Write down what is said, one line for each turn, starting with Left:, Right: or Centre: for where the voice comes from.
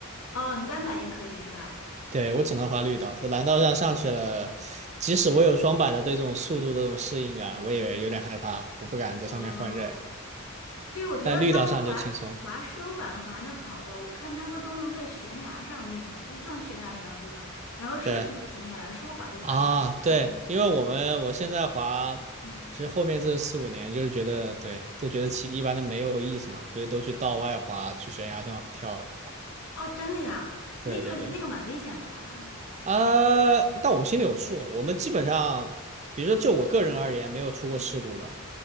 Left: 哦，你单板也可以是吧？
Right: 对我只能滑绿道，在蓝道上上去了，即使我有双板的对这种速度的这种适应感，我也有点害怕，我不敢在上面换刃，
Left: 哦，对，我觉得他们滑滑双板滑的好的，
Right: 但绿道上就轻松，
Left: 我看他们都能在悬崖上那种，就像悬崖一样的地方，然后说停就停下来，
Right: 对。
Left: 说滑就滑起来。
Right: 啊，
Left: 哎呀，
Right: 对，因为我们我现在滑，
Left: 嗯，
Right: 其实后面这四五年就是觉得，对，都觉得骑一般的没有意思嘛，所以都去道外滑，去悬崖上跳滑。
Left: 哦，真的呀，那个那个蛮危险的吧？
Right: 对对对，啊，但我们心里有数，我们基本上，比如说就我个人而言，没有出过事故吧。
Left: 嗯，